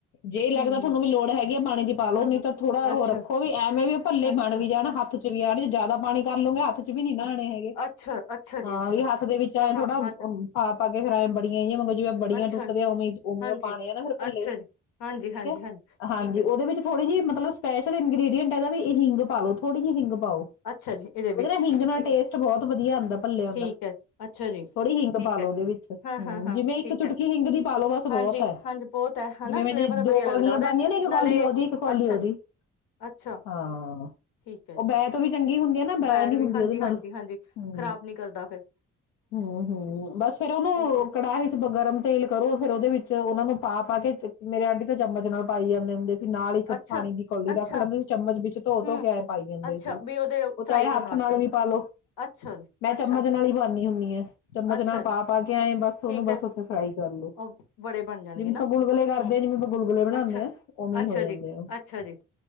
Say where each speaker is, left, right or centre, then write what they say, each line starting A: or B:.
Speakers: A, on the left; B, on the left.
A: ਜੇ ਲੱਗਦਾ
B: ਹਮ
A: ਤੁਹਾਨੂੰ ਵੀ ਲੋੜ ਹੈਗੀ ਆ ਪਾਣੀ ਦੀ ਪਾਾਲਓ
B: ਹਾਂ
A: ਨਹੀਂ
B: ਹਾਂ
A: ਤਾਂ ਥੋੜਾ ਉਹ
B: ਅੱਛਾ
A: ਰੱਖੋ ਵੀ ਐਵੇਂ ਵੀ ਭੱਲੇ
B: ਅੱਛਾ
A: ਬਣ ਵੀ ਜਾਣ ਹੱਥ ਚ ਵੀ ਆੜ ਚ ਜ਼ਿਆਦਾ ਪਾਣੀ ਕਰ ਲਉਗੇ ਹੱਥ ਵੀ ਨੀ ਨਹਾਣੇ
B: ਹਾਂ
A: ਹੈਗੇ
B: ਅੱਛਾ ਅੱਛਾ
A: ਹਾਂ
B: ਜੀ ਅੱਛਾ
A: ਵੀ ਹੱਥ ਦੇ ਵਿੱਚ ਆਏਂ
B: ਹਾਂ
A: ਥੋੜਾ
B: ਹਾਂ ਹਾਂ
A: ਆਗੇ ਫਿਰ ਆਏ ਬੜੀ ਜਿਵੇਂ ਬੜੀਆਂ
B: ਅੱਛਾ
A: ਟੁੱਕਦੇ ਆ ਉਵੇਂ ਉਵੇਂ
B: ਹਾਂਜੀ
A: ਉਹ ਪਾਉਣੇ ਆ ਨਾ ਫਿਰ ਭੱਲੇ
B: ਅੱਛਾ
A: ਵੀ
B: ਜੀ
A: ਠੀਕ
B: ਹਾਂਜੀ ਹਾਂਜੀ
A: ਹੈ
B: ਠੀਕ
A: ਹਾਂਜੀ
B: ਹੈ
A: ਉਹਦੇ
B: ਜੀ
A: ਵਿੱਚ ਥੋੜੇ ਜਿਹੀ ਮਤਲਬ ਸਪੈਸ਼ਲ ਇੰਗ ਕਹਿੰਦਾ ਵੀ ਇਹ ਹਿੰਗ ਪਾ ਲਓ ਥੋੜੀ ਜਿਹੀ ਹਿੰਗ ਪਾਓ
B: ਅੱਛਾ ਜੀ ਇਹਦੇ
A: ਉਹਦੇ
B: ਵਿੱਚ
A: ਨਾ ਹਿੰਗ ਨਾਲ
B: ਠੀਕ
A: ਟੇਸਟ ਬਹੁਤ ਵਧੀਆ
B: ਹੈ
A: ਆਉਂਦਾ ਪੱਲਿਆਂ ਦਾ
B: ਠੀਕ ਹੈ ਅੱਛਾ ਜੀ
A: ਥੋੜੀ ਹਿੰਗ ਤੁਹਾਨੂੰ
B: ਠੀਕ ਹੈ
A: ਦੇ ਵਿੱਚ
B: ਹਾਂ ਹਾਂ ਹਾਂ
A: ਜਿਵੇਂ
B: ਠੀਕ
A: ਇੱਕ ਚੁਟਕੀ
B: ਹੈ
A: ਹਿੰਗ ਦੀ ਪਾ ਲਓ ਬਸ ਬਹੁਤ
B: ਹਾਂਜੀ
A: ਹ
B: ਹਾਂਜੀ ਬਹੁਤ ਹੈ ਹਨਾ
A: ਜਿਵੇਂ
B: ਫਲੇਵਰ
A: ਦੋ
B: ਵਧੀਆ ਲੱਗਦਾ
A: ਕੌਲੀ
B: ਉਹਦਾ
A: ਪਾਦੀਆਂ ਨੇ ਇੱਕ
B: ਨਾਲੇ
A: ਕਾਲੀ ਉਹਦੀ ਇੱਕ ਕੋਲੀ
B: ਅੱਛਾ
A: ਉਹਦੀ
B: ਜੀ, ਅੱਛਾ
A: ਹਾਂ
B: ਠੀਕ ਹੈ ਜੀ
A: ਉਹ ਮੈਂ ਤੋਂ ਵੀ ਚੰਗੀ ਹੁੰਦੀ ਆ ਨਾ ਬੈ
B: ਬੈਦ
A: ਨੀ ਹੁੰਦੀ
B: ਵੀ ਹਾਂਜੀ
A: ਉਹਦੇ ਨਾਲ
B: ਹਾਂਜੀ ਹਾਂਜੀ
A: ਹਮ
B: ਖ਼ਰਾਬ ਨੀ ਕਰਦਾ ਫਿਰ
A: ਹਮ ਹਮ ਬਸ ਫੇਰ ਉਹਨੂੰ
B: ਠੀਕ ਹੈ
A: ਕੜਾਹੀ ਚ ਗਰਮ ਤੇਲ ਕਰੋ ਫ ਉਹਦੇ ਵਿੱਚ ਉਹਨਾ ਨੂੰ ਪਾ ਕੇ ਮੇਰੇ ਆਂਟੀ ਤਾਂ ਚਮਚ ਨਾਲ ਪਾਈ ਜਾਂਦੇ ਹੁੰਦੇ ਨਾਲ ਇੱਕ
B: ਅੱਛਾ
A: ਪਾਣੀ ਦੀ ਕੌਲੀ
B: ਅੱਛਾ
A: ਰੱਖ ਲੈਂਦੇ ਸੀ ਚਮਚ ਵਿੱਚ ਧੋ
B: ਹਮ
A: ਧੋ ਕੇਏਂ ਪਾਈ ਜਾਂਦੇ
B: ਅੱਛਾ
A: ਸੀ
B: ਵੀ ਉਹਦੇ
A: ਉਹ
B: ਫਰਾਈ
A: ਚਾਹੇ ਹੱਥ
B: ਕਰਨ ਵਕਤ
A: ਨਾਲ ਵੀ ਪਾਲੋ
B: ਅੱਛਾ ਜੀ
A: ਮੈਂ
B: ਅੱਛਾ
A: ਚਮਚ ਨਾਲ ਹੀ ਪਾਉਂਦੀ ਹੁੰਦੀ ਆ ਚਮਚ
B: ਅੱਛਾ
A: ਨਾਲ
B: ਜੀ
A: ਆਪ ਗਿਆਏ ਬ ਉਹਨੂੰ
B: ਠੀਕ
A: ਬਸ
B: ਹੈ
A: ਉੱਥੇ ਫਰਾਈ ਕਰਲੋ
B: ਉਹ ਬੜੇ ਬਣ ਜਾਣਗੇ
A: ਜਿਵੇਂ
B: ਨਾ
A: ਆਪਾਂ ਗੁਲਗੁਲੇ ਕਰਦੇ
B: ਹਮ
A: ਹਾਂ ਜਿਵੇਂ ਆਪਾਂ ਗੁਲਗੁਲੇ ਬਣਾਦੇ
B: ਅੱਛਾ
A: ਆਾਂ ਉਵੇਂ
B: ਅੱਛਾ
A: ਹੀ ਹੋ ਜਾਂਦੇ
B: ਜੀ
A: ਆ
B: ਅੱਛਾ ਜੀ